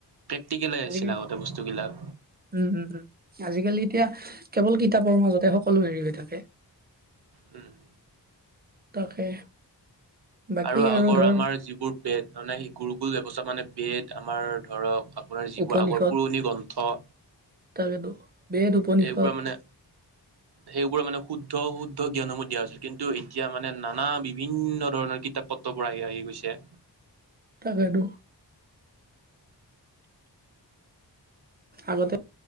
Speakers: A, on the right; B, on the right.
A: প্ৰেক্টিকেলে
B: আজিকালি
A: আছিলে আগতে বস্তুবিলাক।
B: উম উম উম আজিকালি এতিয়া কেৱল কিতাপৰ মাজতে সকলো হেৰি হৈ থাকে।
A: উম।
B: তাকে। বাকী
A: আৰু আগৰ
B: ধৰ
A: আমাৰ যিবোৰ বেত মানে গুৰু গুল ব্যৱস্থা মানে বেত আমাৰ ধৰক। আপোনাৰ যিবোৰ
B: উপনিষদ
A: আগৰ পুৰণি গ্ৰন্থ।
B: তাকেতো বেদ উপনিষদ
A: এইবোৰা মানে সেইবোৰৰ মানে শুদ্ধ শুদ্ধ জ্ঞানসমূহ দিয়া হৈছিল কিন্তু এতিয়া মানে নানা বিভিন্ন ধৰণৰ কী কিতাপ পত্ৰবোৰ আহি আহি গৈছে
B: তাকেইতো আগতে